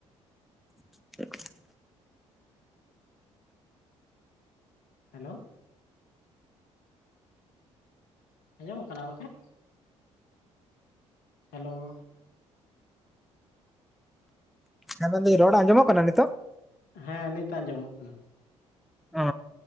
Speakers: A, in the centre; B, on the left (about 65°).
A: <inaudible>
B: ᱦᱮᱞᱳ᱾ ᱟᱸᱡᱚᱢᱚᱜ ᱠᱟᱱᱟ ᱜᱚᱝᱠᱮ? ᱦᱮᱞᱳ ᱾
A: ᱦᱮᱸ ᱢᱮᱱᱫᱟᱹᱞ ᱨᱚᱲ ᱟᱸᱡᱚᱢᱚᱜ ᱠᱟᱱᱟ ᱱᱤᱛᱳᱜ?
B: ᱦᱮᱸ ᱱᱤᱛ ᱟᱸᱡᱚᱢᱚᱜ ᱠᱟᱱᱟ ᱾
A: ᱚ